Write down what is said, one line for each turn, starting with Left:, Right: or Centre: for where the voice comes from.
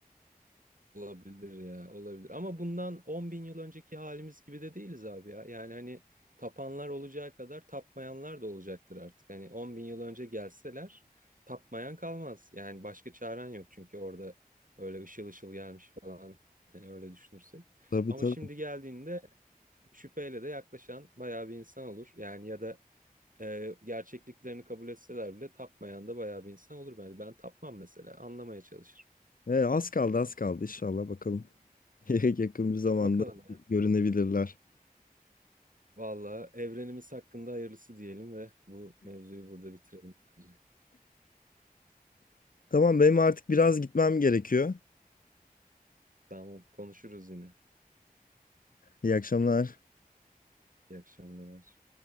Right: Olabilir ya, olabilir. Ama bundan 10 bin yıl önceki halimiz gibi de değiliz abi ya. Yani hani tapanlar olacağı kadar tapmayanlar da olacaktır artık. Hani 10 bin yıl önce gelseler tapmayan kalmaz. Yani başka çaren yok çünkü orada öyle ışıl ışıl gelmiş falan. Hani öyle düşünürsek.
Left: Tabii
Right: Ama
Left: tabii.
Right: şimdi geldiğinde şüpheyle de yaklaşan bayağı bir insan olur. Yani ya da e, gerçekliklerini kabul etseler bile tapmayan da bayağı bir insan olur. Ben, ben tapmam mesela, anlamaya çalışırım.
Left: Ee, az kaldı az kaldı inşallah bakalım. <laughs> Yakın bir zamanda
Right: Bakalım
Left: görünebilirler.
Right: Valla evrenimiz hakkında hayırlısı diyelim ve bu mevzuyu burada bitirelim bence.
Left: Tamam benim artık biraz gitmem gerekiyor.
Right: Tamam, konuşuruz yine.
Left: İyi akşamlar.
Right: İyi akşamlar.